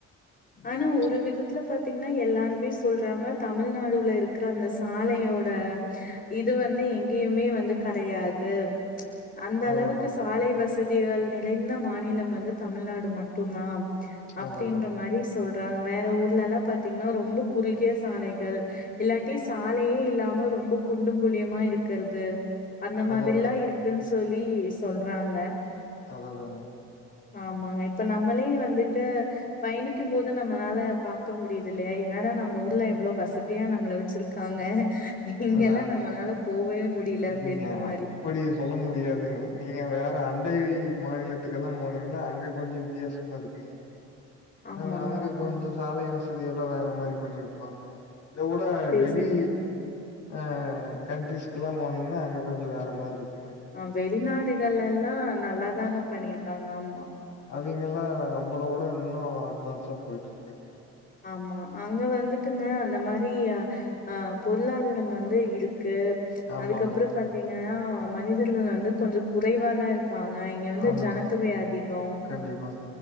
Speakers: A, on the left; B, on the left.
A: ம்.
B: ஆனா ஒரு விதத்துல பத் திங்கா எல்லாருமே சொல்றாங்க தமிழ்நாடுல இருக்கிற அந்த சாலையோட இது வந்து எங்கியுமே வந்து கெடையாது அந்த
A: அதான்,
B: அளவுக்கு
A: அதான்.
B: சாலை வசதிகள் நிறைந்த மாநில வந்து தமிழ்நாடு மட் டு தா அப்டின்ற
A: அதான், அதான்.
B: மாரி சொல்றாங்க வேற ஊர்லயெல்லா பாத்தீங்கன்னா ரொம்ப குறுகிய சாலைகள் இல்லா டி சாலையே இல்லாம ரொம்ப குண்டுங்குழியமா இருக்கறது அந்த மாதரில்லா
A: அதான், அதாங்க.
B: இருக்குன்னு தோழி சொல்றாங்க
A: அத தாங்க
B: ஆமாங்க. இப்ப நம்பளே வந்துட் டு பயணிக்கு போது நம்பளால பாக்க முடியுது இல்லையா என்னடா நம்ம ஊர்ல எவ்ளோ வசதியா நம்ப ள வச்சிருக்காங்க இங்கெல்லாம்
A: அதுதா
B: நம்மனால போவே முடியல
A: நீங்க
B: அப்டின்ற மாரி.
A: அப்டி சொல்ல முடியாதுங்க நீங்க வேற அண்டை மாநிலத்துக்கெல்லா போனீங்களா அங்க கொஞ்சோ வித்தியாசம இருக்குங்க
B: ஆமாங்க,
A: ம் வ அங்க
B: ஆமா.
A: கொஞ்சோ சாலைவச தியெல்லா வேற மாரி பண்ணிருப்பாங்க இதவுட
B: சரி
A: வெளி
B: சரிங்க.
A: அ கண்ட்ரிஸ்க்கலா போனிங்கன்னா அங்க கொஞ்சோ வேறு மாரி இருக்கு
B: ஆ வெளிநாடுகள் எல்லா நல்லாதாங்க பண்ணிருக்காங்க ஆமா
A: அவிங்கெல்லா நம்பளோட இன்னோ அட்வான்ஸா போயிட்டு இருக்காங்க
B: ஆமா அங்க வந்துட்டுங்க அந்த மாரி அ பொருளாதார வந்து இருக்கு
A: ஆமாங்க.
B: அதுக் கப்றோ பாத்தீங்கன்னா மனிதர்கள் வந்து கொஞ்சோ குறைவா தா இரு ப்பாங்க இங்க வந்து
A: ஆமாங்க.
B: ஜனத்தொகை அதிகோ
A: கண்டிப்பாங்க.